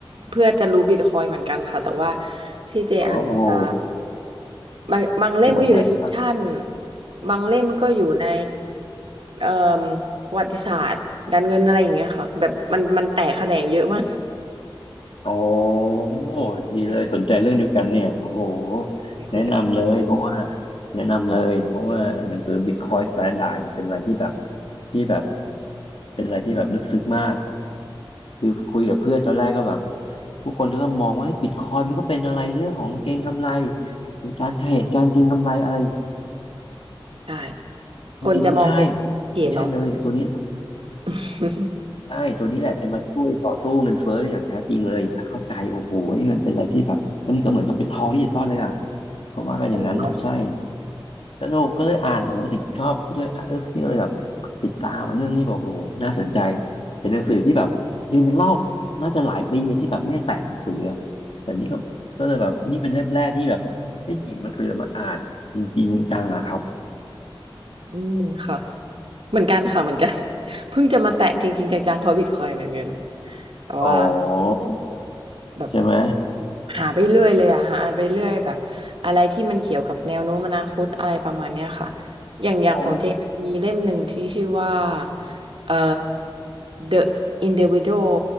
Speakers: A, on the right; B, on the left.
A: เพื่อจะรู้บิตคอยน์เหมือนกันค่ะแต่ว่าที่เจอ่านมันจะ
B: อ๋อโอ้โห
A: บางบางเล่มก็อยู่ในฟิกชัน
B: เป็นแบบไหนครับ
A: บางเล่มก็อยู่ในเอ่อประวัติศาสตร์การเงินอะไรอย่างเงี้ยค่ะแบบมันมันแตกแขนงเยอะมาก
B: โอ้ดีเลยสนใจเรื่องเดียวกันเนี่ยโอ้โห
A: <laughs> ไปคุยกัน
B: แนะนำเลยเพราะว่าแนะนำเลยเพราะว่าหนังสือ Bitcoin Standard เนี่ยเป็นอะไรที่แบบที่แบบเป็นอะไรที่แบบลึกซึ้งมากคือคุยกับเพื่อนตอนแรกก็แบบผู้คนก็มองว่าบิตคอยมันก็เป็นอะไรเรื่องของเก็งกำไรการเทรดการเก็งกำไรอะไร
A: ได้
B: จริงๆไม่ใช่
A: คนจะมองเป็นเพจเนาะ
B: ไม่ใช่เลยไอ้ตัวนี้
A: <laughs>
B: ใช่ตัวนี้แหละจะมาช่วยต่อสู้เงินเฟ้อได้อย่างแท้จริงเลยถ้าเข้าใจโอ้โหนี่มันเป็นอะไรที่แบบมันก็เหมือนกับเป็นทองดิจิตอลเลยอ่ะเขาว่ากันอย่างนั้นอ่ะใช่
A: สนุกเนาะ
B: สนุกก็เลยอ่านโหติดชอบเลยอ่ะเออพี่ก็เลยแบบติดตามอ่ะเรื่องนี้แบบโหน่าสนใจเป็นหนังสือที่แบบเรียนในรอบน่าจะหลายปีที่แบบไม่ได้แต่งหนังสืออะแต่นี่ก็ก็เลยแบบนี่เป็นเล่มแรกที่แบบได้หยิบหนังสือมาอ่านจริงๆจังๆอะครับ
A: อืมค่ะเหมือนกันค่ะเหมือนกัน <laughs> เพิ่งจะมาแตะจริงๆจังๆฮอบบิทคอยเหมือนกันแต่ว่า
B: อ๋อ
A: แบบ
B: ใช่ไหม
A: หาไปเรื่อยเลยอะหาอ่านไปเรื่อยแบบอะไรที่มันเกี่ยวกับแนวโน้มอนาคตอะไรประมาณเนี้ยค่ะอย่างอย่างของเจมันจะมีเล่มหนึ่งที่ชื่อว่า
B: อ๋อ
A: เอ่อ The Individual